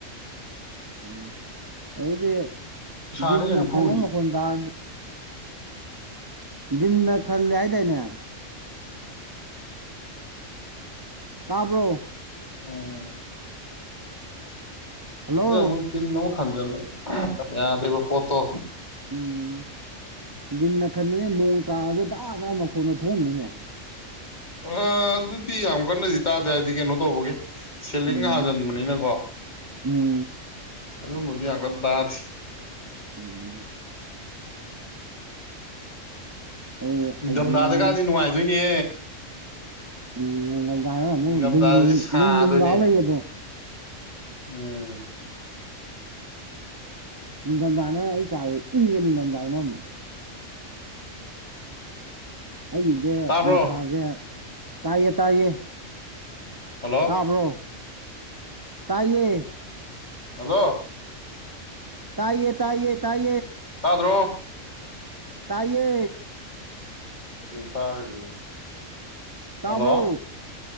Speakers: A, on the right; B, on the left.
A: ꯎꯝ ꯍꯧꯗꯤ
B: ꯁꯥꯅꯤ
A: ꯗꯤꯅ
B: ꯀꯩꯅꯣ ꯐꯨꯔꯤꯁꯦ
A: ꯈꯜꯂꯦ ꯃꯈꯣꯟ ꯇꯔꯗꯤ ꯗꯤꯟ ꯅ ꯈꯜꯂ ꯍꯥꯏꯗꯏꯅꯦ ꯇꯥꯕ꯭ꯔꯣ
B: ꯎꯝ
A: ꯍꯜꯂꯣ
B: <unintelligible> ꯇꯤꯜ ꯈꯟꯖꯤꯜꯂꯦ ꯌꯥꯗꯦꯕ ꯄꯣꯠꯇꯣ
A: ꯎꯝ ꯗꯤꯟꯅ ꯈꯟꯕꯅꯦ ꯅꯣꯡ ꯇꯥꯔꯖꯨ ꯗꯥꯥꯛ ꯗ ꯃꯈꯣꯟꯗꯣ ꯊꯣꯡꯅꯤꯅꯦ
B: ꯑ ꯑꯗꯨꯗꯤ ꯌꯥꯝ ꯀꯟꯅꯗꯤ ꯇꯥꯗꯦ ꯍꯥꯏꯗꯤ ꯀꯩꯅꯣ ꯇꯧꯕꯒꯤ ꯁꯦꯂꯤꯡ
A: ꯎꯝ
B: ꯍꯥꯖꯤꯟꯕꯅꯤꯅꯀꯣ
A: ꯎꯝ
B: ꯑꯗꯨ ꯃꯗꯤꯒ ꯇꯗꯥꯁꯤ
A: ꯎꯝ ꯑꯗꯨꯒꯤ
B: ꯅꯤꯡꯊꯝꯊꯥꯗ
A: ꯍꯌꯦꯡ
B: ꯀꯗꯤ ꯅꯨꯡꯉꯥꯏꯗꯣꯏꯅꯦ
A: ꯎꯝ ꯌꯦꯉ <unintelligible> ꯑꯃ ꯂ ꯂ
B: ꯅꯤꯡꯊꯝꯊꯥꯗꯗꯤ
A: ꯂꯅꯨꯡ
B: ꯁꯥꯗꯣꯏꯅꯦ
A: ꯂꯨꯝ ꯂꯍ ꯂꯩꯕꯗꯣ
B: ꯎꯝ
A: ꯅꯤꯡꯊꯝꯊꯥꯅ ꯑꯩ ꯀꯥꯗꯣꯏ ꯏꯪꯉꯦ ꯅꯤꯡꯊꯝꯊꯥꯗ ꯂꯧ ꯑꯃꯅꯤ ꯑꯩꯒꯤꯁꯦ
B: ꯇꯥꯕ꯭ꯔꯣ
A: ꯅꯨꯡꯁꯥꯁꯦ ꯇꯌꯦ ꯇꯌꯦ
B: ꯍꯜꯂꯣ
A: ꯇꯥꯕ꯭ꯔꯣ ꯇꯥꯏꯌꯦ
B: ꯍꯜꯂꯣ
A: ꯇꯥꯏꯌꯦ ꯇꯥꯏꯌꯦ ꯇꯥꯏꯌꯦ
B: ꯇꯥꯗ꯭ꯔꯣ
A: ꯇꯥꯏꯌꯦ
B: ꯀꯩꯝ ꯇꯥꯒꯤꯗ꯭ꯔꯦ
A: ꯇꯥꯕ꯭ꯔꯣ
B: ꯍꯜꯂꯣ